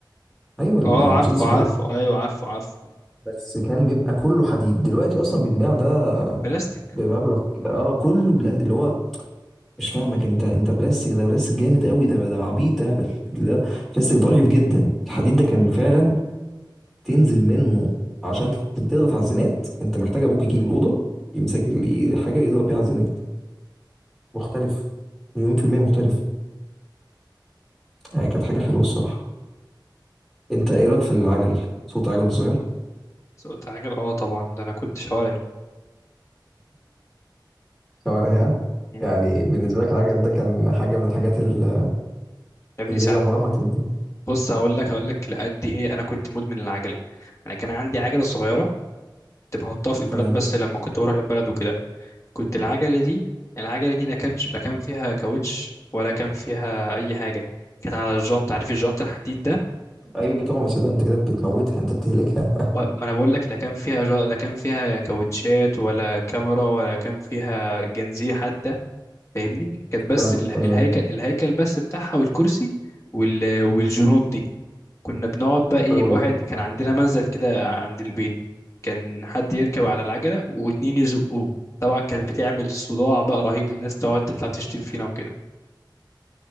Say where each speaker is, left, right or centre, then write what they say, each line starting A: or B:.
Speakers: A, in the centre; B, on the left (about 35°).
A: ايوه المسدس
B: اه عارفه
A: البارود
B: عارفه
A: ده.
B: ايوه عارفه عارفه
A: بس كان بيبقى كله حديد دلوقتي اصلا بيتباع ده
B: بلاستيك
A: بمبلغ اه كله بلا... اللي هو مش فاهمك انت انت بلاستيك ده بلاستيك جامد قوي ده ده عبيط اهبل اللي هو بلاستيك ضعيف جدا الحديد ده كان فعلا تنزل منه عشان تضغط على الزنات انت محتاج ابوك يجي من الاوضه يمسك ال- حاجه يضغط بيها على الزنات مختلف مليون في المية مختلف يعني كانت حاجة
B: لا
A: حلوة
B: لا
A: الصراحة انت ايه رأيك في العجل صوت عجل صغير
B: سقط عجل اه طبعا ده انا كنت شوارعي
A: شوارعها
B: مم.
A: يعني بالنسبة لك العجل ده كان حاجة من الحاجات ال-
B: يا ابني
A: اللي
B: ساعات
A: هي عمرها ما هتنتهي
B: بص هقول لك هقول لك لقد ايه انا كنت مدمن العجل انا كان عندي عجله صغيره كنت بحطها في البلد
A: تمام
B: بس لما كنت بروح البلد وكده كنت العجلة دي العجلة دي لا كانش لا كان فيها كاوتش ولا كان فيها أي حاجة كانت على الجنط عارف الجنط الحديد ده
A: ايوه طبعا بس ده انت كده بتموتها انت بتهلكها
B: و- ما أنا بقول لك لا كان فيها جا... لا كان فيها كاوتشات ولا كاميرا ولا كان فيها جنزير حتى فاهمني
A: <laughs>
B: كانت بس
A: حلو
B: ال-
A: تمام
B: الهيكل الهيكل بس بتاعها والكرسي وال... والجنوط دي كنا بنقعد بقى إيه
A: حلو
B: واحد
A: جدا
B: كان عندنا منزل كده عند البيت كان حد يركب على العجلة واتنين يزقوه طبعا كانت بتعمل صداع بقى رهيب الناس تقعد تطلع تشتم فينا وكده